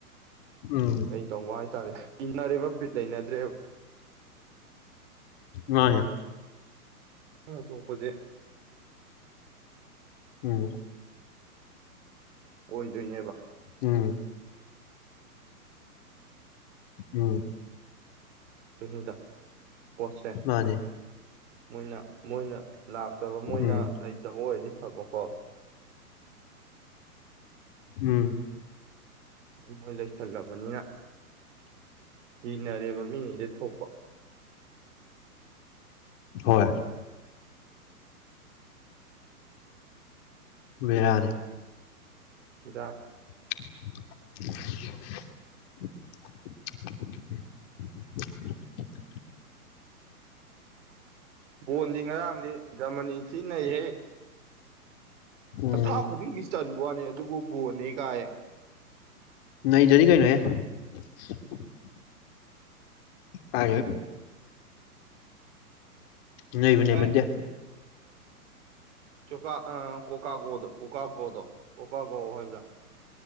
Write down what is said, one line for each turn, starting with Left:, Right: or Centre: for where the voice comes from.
Left: ꯎꯝ
Right: ꯀꯩ ꯇꯧꯕ ꯍꯥꯏꯇꯥꯔꯦ ꯅꯔꯤꯕ ꯕꯤꯠ ꯂꯩꯅꯗ꯭ꯔꯦꯕ
Left: ꯃꯥꯟꯅꯦ
Right: ꯅꯪꯅ ꯅꯣꯛꯄꯁꯦ
Left: ꯎꯝ
Right: ꯑꯣꯏꯗꯣꯏꯅꯦꯕ
Left: ꯎꯝ ꯎꯝ
Right: ꯑꯗꯨꯅꯤꯗ ꯄꯣꯠꯁꯦ
Left: ꯃꯥꯅꯦ
Right: ꯃꯣꯏꯅ ꯃꯣꯏꯅ ꯂꯥꯛꯇꯕ ꯃꯣꯏꯅ
Left: ꯎꯝ
Right: ꯂꯩꯇꯕ ꯑꯣꯏꯔꯗꯤ ꯐꯕꯀꯣ
Left: ꯎꯝ
Right: ꯃꯣꯏ ꯂꯩꯁꯜꯂꯕꯅꯤꯅ ꯀꯤꯅꯔꯦꯕ ꯃꯤꯁꯤꯡꯁꯦ ꯊꯣꯛꯄ
Left: ꯍꯣꯏ ꯕꯦꯔꯥꯅꯤ
Right: ꯗꯥꯗꯥ
Left: <unintelligible>
Right: ꯕꯣꯜꯗꯤ ꯉꯔꯥꯡꯗꯤ ꯖꯔꯃꯅꯤ ꯊꯤ ꯅꯩꯍꯦ
Left: ꯎꯝ
Right: ꯑꯊꯥ ꯈꯨꯗꯤꯡꯒꯤ ꯆꯟꯕ ꯋꯥꯅꯦ ꯑꯗꯨꯕꯨ ꯕꯣꯜꯅꯦ ꯀꯥꯢꯌꯦ
Left: ꯅꯩꯗ꯭ꯔꯥꯗꯤ ꯀꯩꯅꯣꯍꯦ <unintelligible> ꯀꯥꯌꯩ ꯅꯩꯕꯨ ꯅꯩꯃꯟꯗꯦ
Right: ꯚꯥꯏ ꯆꯣꯀ ꯑ ꯀꯣꯀꯥꯒꯣꯗꯣ ꯎꯀꯥꯒꯣꯗꯣ ꯑꯣꯀꯥ ꯑꯣ ꯍꯥꯏꯕ꯭ꯔꯥ